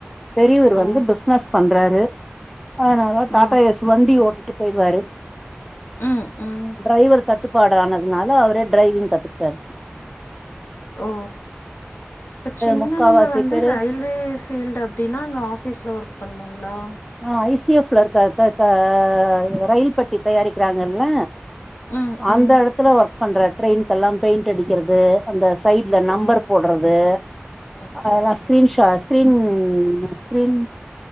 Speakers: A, in the centre; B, on the left (about 55°).
A: பெரியூரு
B: ஓ
A: வந்து பிஸ்னஸ் பண்றாரு அனாலா டாடா
B: ஓ
A: எஸ் வண்டி ஓட்டிட்டு போயிட்வாரு
B: ம் ம்
A: ட்ரைவர் தட்டுப்பாடு ஆனதுனால அவரே ட்ரைவிங் கத்துக்ட்டாரு
B: ஓ த சின்னவங்க
A: முக்காவாசி
B: வந்து
A: பேரு
B: ரயில் லி ஃபீல்டு அப்டின்னா அங்க ஆஃபீஸ்ல ஒர்க் பண்ணுங்ளா
A: ஆ ஐசிஎஃப்ல இருக்கா தத அயி ரயில் பட்டி தயாரிக்கிறாங்கல்ல
B: ம்,
A: அந்த
B: ம்.
A: எடத்துல வர்க் பண்ற ட்ரெயின்க்கல்லாம் பெயிண்ட் அடிக்கிறது அந்த சைட்ல
B: ஓ!
A: நம்பர் போட்றது
B: ஓகே,
A: அல்லா
B: ஓகே.
A: ஸ்க்ரீன்ஷ் ட ஸ்க்ரீன் அ ஸ்ப்ரின்